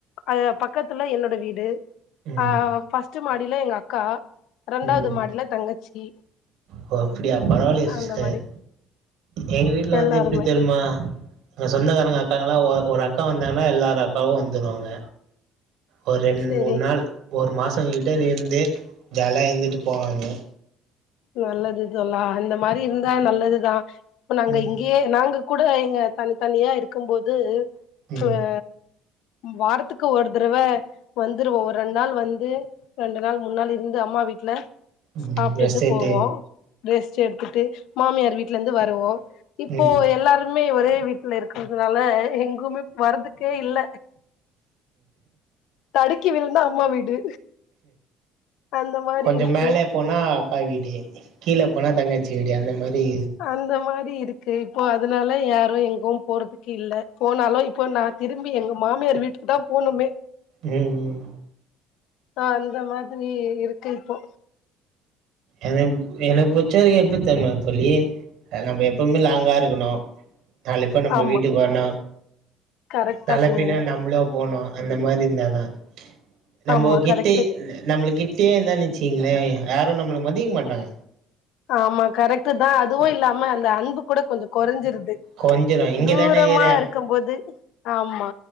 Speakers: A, on the left; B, on the right.
A: அது பக்கத்துல என்னோட வீடு
B: ம்
A: ஆ ஃபஸ்ட்டு மாடியிலா எங்க அக்கா ரெண்டாவது
B: ம்
A: மாடில தங்கச்சி
B: ஓ அப்டியா பரவாயில்லயே சிஸ்டர்
A: அந்த மாரி
B: எங்க வீட்ல வந்து
A: எல்லாருமே
B: எப்டி தெரிமா அ சொந்தக்காரங்க அக்காங்ளா ஒரு அக்கா வந்தாங்னா எல்லார் அக்காவு வந்துருவாங்க ஒரு ரெண்
A: சேரி
B: மூண் நாள் ஒரு மாசோ கிட்ட இருந்து ஜாலியா இருந்துட்டு போவாங்க
A: நல்லது தோழா இந்த மாரி இருந்தா நல்லதுதா இப்ப நாங்க
B: ம்
A: இங்கேயே நாங்க கூட இங்க தனி தனியா இருக்குபோது
B: ம்
A: ஆ வாரத்துக்கு ஒரு தடவ வந்துருவோ ஒரு ரெண்டு நாள் வந்து ரெண்டு நாள் மூணு நாள் இருந்து அம்மா வீட்ல
B: ம்
A: சாப்ட்டுட்டு
B: ரெஸ்ட் எட்த்து
A: போவோ ரெஸ்ட் எடுத்துட்டு மாமியார் வீட்லருந்து வருவோ இப்போ
B: ம்
A: எல்லாரு மே ஒரே வீட்ல இருக்கறதுனால எங் கமே போறதுக்கே இல்ல தடுக்கி விழுந்தா அம்மா வீடு அந்த மாரி
B: கொஞ்சோ
A: இருக்கு
B: மேல போனா அக்கா் வீடு கீழ போனா தங்காச்சி வீடு அந்த மாரி
A: அந்த மாரி இருக்கு இப்போ அதனால யாரு எங்கு போறதுக்கு இல்ல போனாலு இப்போ நா திரும்பி எங்க மாமியார் வீட்டுக்கு தா போணுமே
B: ம் ம்
A: அ அந்த மாதிரி இருக்கு இப்போ
B: எனக்கு எனக்கு புடிச்சது எப்டி தெரியுமா தோழி நம்ம எப்பவுமே லாங்கா இருக்கணு நாளு பேர் நம்ம
A: ஆமா
B: வீட்டுக்கு வரனு‌
A: கரெக்டா
B: நாள
A: சொன்னீங்க
B: பின்ன நம்மளு போனு அந்த மாரி இருந்தாதா நம்ம
A: ஆமா
B: கிட்ட
A: கரெக்ட்டு
B: நம்ம கிட் டேய இருந்தோனு வச்சீங்ளே யாருக்கும் நம்மள மதிக்க மாட்டாங்க
A: ஆமா கரெக்டு தா அதுவு இல்லாம அந்த அன்பு கூட கொஞ்சோ கொறஞ்சிருது
B: கொஞ்சுரு இங்க
A: தூரமா
B: தானே இக்குற
A: இருக்குபோது ஆமா